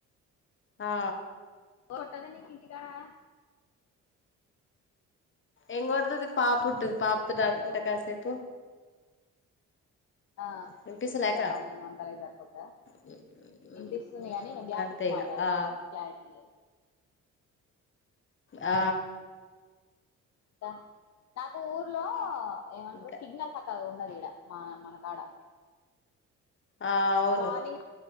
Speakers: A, on the left; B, on the left.
A: ఆ
B: తోట తనికితి కానా
A: ఎంగడతోది పాపు ఉంటది పాపు త
B: హలో
A: ఆడుకుంటా కాసేపు
B: ఆ
A: వినిపిస్తలే
B: ఇంట్లా
A: అక్క
B: పని వంటాల సరిపోద్దా
A: మ్మ్
B: ఇనిపిస్తుంది కాగాని నువ్వు గ్యాప్చ్చి
A: అంతే ఇగ
B: మాట్లాడుతున్నావు
A: ఆ
B: క్లారిటీ లేదు
A: ఆ
B: ఇంకా నాకు ఊర్లో ఏంట
A: ఇంకా
B: సిగ్నల్ ఉండది ఇక్కడ మ మనకాడా
A: ఆ అవును
B: నానింగ్